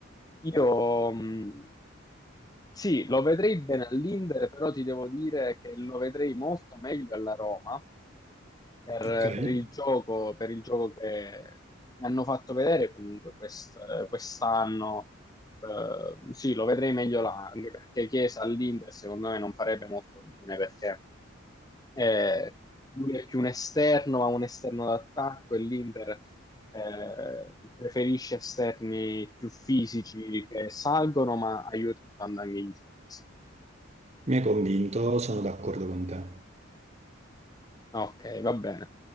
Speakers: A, on the left (about 20°); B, on the right (about 35°).
A: Io mh, sì, lo vedrei bene all'Inter, però ti devo dire che lo vedrei molto meglio alla Roma, per,
B: Okay.
A: per il gioco, per il gioco che hanno fatto vedere comunque quest- quest'anno. eh, sì, lo vedrei meglio là, anche perché Chiesa all'Inter secondo me non farebbe molto bene perché eh, lui è più un esterno, ma un esterno d'attacco e l'Inter eh, preferisce esterni più fisici che salgono, ma aiutano tanto anche in difesa.
B: Mi hai convinto, sono d'accordo con te.
A: Ok, va bene.